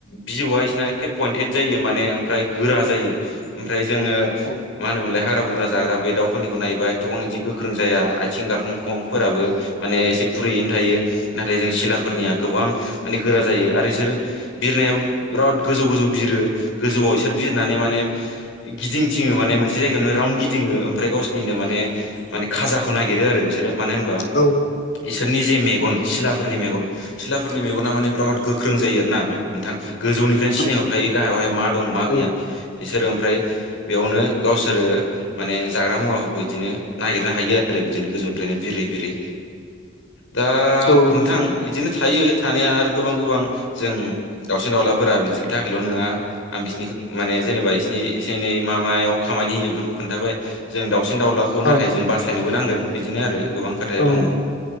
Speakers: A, on the left (about 85°); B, on the left (about 55°).
A: भिु वाइसना एखे पइन्टेड जायो माने ओमफ्राय गोरा जायो ओमफ्राय जोङो
B: औ।
A: मा होनोमोनलाय हाग्रा बुरजा जाग्रा बे दाउफोरनिखौ नायोबा थबां बिदि गोख्रों जाया आथिं गाखांखंफोराबो माने गुरैयैनो थायो नाथाय जों सिलाफोरनिया गोबां माने गोरा जायो आरो बिसोर बिरनायाबो बिराद गोजौ गोजौ बिरो गोजौआव इसोर बिरनानै माने गिदिंथिङो माने मोनसे जायगायावनो राउन्ड गिदिङो ओमफ्राय गावसोर बिदिनो माने माने खाजाखौ नागिरो आरो बिसोरो मानो होनबा
B: औ।
A: इसोरनि जे मेगन सिलाफोरनि मेगन सिलाफोरनि मेगना माने बिराद गोख्रों जायो आर ना नोंथां गोजौनि बेफ्रायनो
B: औ
A: सिनायहरखायो गाहायावहाय मा दं मा
B: औ
A: गैया बिसोरो ओमफ्राय बेयावनो गावसोरो माने जाग्रा मुवाफोरखौ बिदिनो नागिरनो हायो आरो बिदिनो गोजौनिफ्रायनो बिरै बिरै दा
B: औ नंगौ
A: नोंथां बिदिनो थायो थानाया आरो गोबां गोबां जों दाउसिन दाउलाफोरा बिदिनि थाखायल' नङा आं बिसोरनिखौ माने जेनेबा बिसिोरनि एसेनै माबायाव खामानि होयो बेफोरखौ खोन्थाबाय जों दाावसिन दाउलाखौ नाथाय
B: औ
A: जों बासायनोबो नांगोन बिदिनो आरो गोबां खोथाया
B: औ
A: दङ